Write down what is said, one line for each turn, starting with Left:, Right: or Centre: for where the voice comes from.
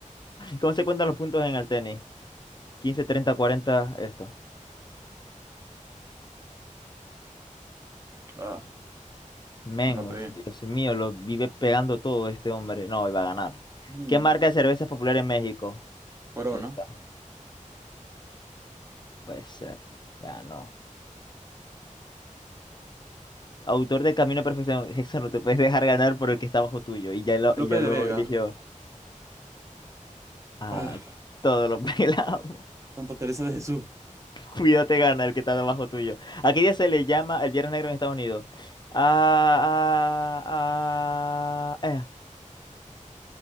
Left: ¿Cómo se cuentan los puntos en el tenis? 15, 30, 40, esto.
Right: Ah,
Left: Menos,
Right: no la pegué.
Left: Dios mío, lo vive pegando todo este hombre. No, iba a ganar.
Right: Mm,
Left: ¿Qué marca de cerveza es popular en México?
Right: Corona.
Left: Esta, puede ser. Ganó. Autor de Camino a Perfección. <laughs> Eso no te puedes dejar ganar por el que está bajo tuyo. Y ya lo,
Right: Lope
Left: y ya lo
Right: de Vega.
Left: eligió. A
Right: Ah,
Left: todos los <laughs> pelamos.
Right: Santa Teresa de Jesús.
Left: Cuidado te <laughs> gana el que está debajo tuyo. ¿A qué día se le llama el Viernes Negro en Estados Unidos? Ah, ah, ah, eh.